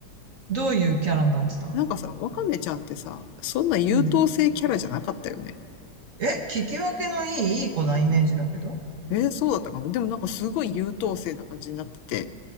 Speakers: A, on the right (about 50°); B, on the left (about 85°).
A: どういうキャラになってたの
B: なんかさ、ワカメちゃんってさ、そんな優等生キャラじゃなかったよね。
A: うん。え、聞き分けのいい、いい子なイメージだけど。
B: えー、そうだったかも。でもなんかすごい優等生な感じになってて、